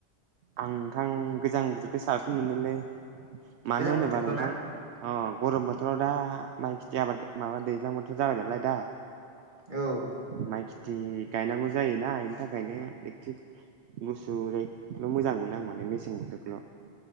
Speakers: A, on the right (about 75°); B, on the right (about 45°).
A: आं नोंथां गोजां बोथोरखौ साबसिन मोनोलै मानो
B: गोजां
A: होनोबा
B: बोथोरखौ
A: नोंथां
B: ना
A: अ गरम बोथोराव दा माइ खेथि आबाद माबा दैज्लां बोथोर जाबाय नालाय दा।
B: औ।
A: माइ खेथि गायनांगौ जायोना इनि थाखायनो इकथिक गुसु जायो। बेखोल' मोजां मोनो आं माने मेसें बोथोरल'।